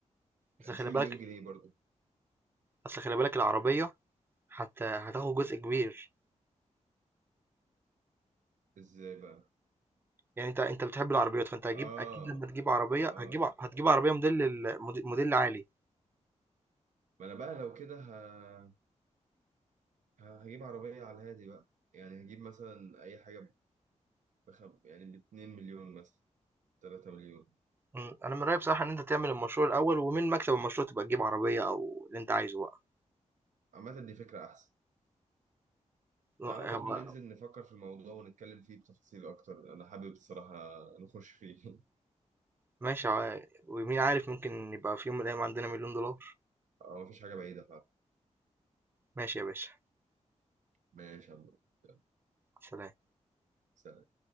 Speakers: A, on the right; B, on the right.
A: اصل
B: 50
A: خلي بالك
B: مليون جنيه برضو
A: اصل خلي بالك العربية حتى هتاخد جزء كبير
B: ازاي بقى
A: يعني انت انت بتحب العربيات فانت هتجيب
B: اه
A: اكيد لما تجيب عربية
B: اه
A: هتجيب ع- هتجيب عربية موديل ال- موديل موديل عالي
B: ما انا بقى لو كده ه... ه- هجيب عربيه على الهادي بقى يعني هجيب مثلا اي حاجه بخم... يعني ب 2 مليون مثلا 3 مليون
A: م، انا من رأيي بصراحة ان انت تعمل المشروع الاول ومن مكسب المشروع تبقى تجيب عربية او اللي انت عايزه بقى
B: عامه دي فكره احسن
A: هو
B: تعالى برضو ننزل نفكر في الموضوع ونتكلم فيه بتفاصيل أكتر أنا حابب الصراحة نخش فيه
A: ماشي عا- ومين عارف ممكن يبقى في يوم من الأيام عندنا مليون دولار
B: <laughs> آه، مفيش حاجة بعيدة فعلا
A: ماشي يا باشا
B: ماشي يا عم. يلا،
A: سلام
B: سلام